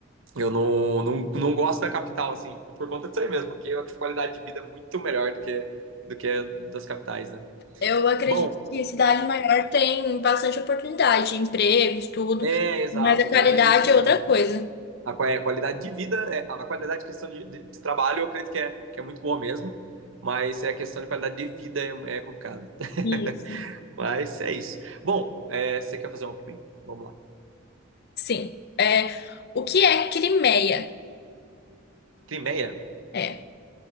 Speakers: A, on the right; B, on the left.
A: eu não, não, não gosto da capital, assim, por conta disso aí mesmo, porque a qualidade de vida é muito melhor do que, do que das capitais, né?
B: Eu acredito
A: Bom,
B: que cidade maior tem bastante oportunidade, empregos, tudo.
A: é exato,
B: Mas a qualidade
A: ganha nisso,
B: é
A: né?
B: outra coisa.
A: A qua- é, a qualidade de vida, é- a qualidade de questão de, de- de trabalho, eu acredito que é, que é muito boa mesmo, mas é a questão de qualidade de vida é, é complicado. <laughs>
B: Isso.
A: Mas é isso. Bom, é, você quer fazer uma pra mim? Vamos
B: Sim. É, o que
A: lá.
B: é Crimeia?
A: Crimeia?
B: É.